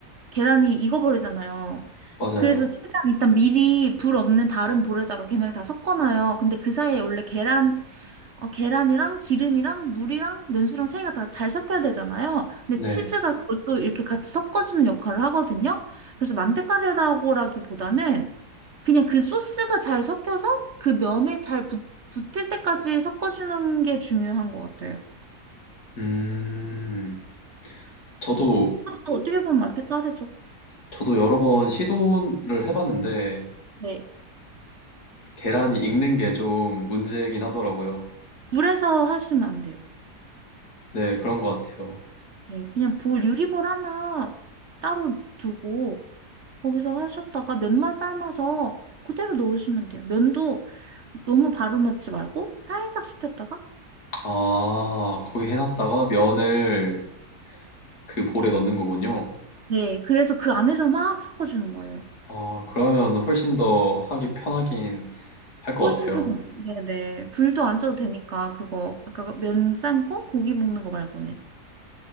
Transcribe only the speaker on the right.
계란이 익어버리잖아요.
그래서 최대한 일단 미리 불 없는 다른 볼에다가 걔네를 다 섞어놔요. 근데 그 사이에 원래 계란, 어, 계란이랑 기름이랑 물이랑 면수랑 세 개가 다 잘 섞여야 되잖아요. 근데
치즈가 그걸 또 이렇게 같이 섞어주는 역할을 하거든요. 그래서 만테카레라고라기보다는 그냥 그 소스가 잘 섞여서 그 면에 잘 붙, 붙을 때까지 섞어주는 게 중요한 것 같아요.
그것도 어떻게 보면 만테카레죠.
네.
물에서 하시면 안 돼요.
예, 그냥 볼 유리볼 하나 따로 두고 거기서 하셨다가 면만 삶아서 그대로 넣으시면 돼요. 면도 너무 바로 넣지 말고 살짝 식혔다가
네, 그래서 그 안에서 막 섞어주는 거예요.
훨씬
편하죠. 네네. 불도 안 써도 되니까 그거 아까 면 삶고 고기 볶는 거 말고는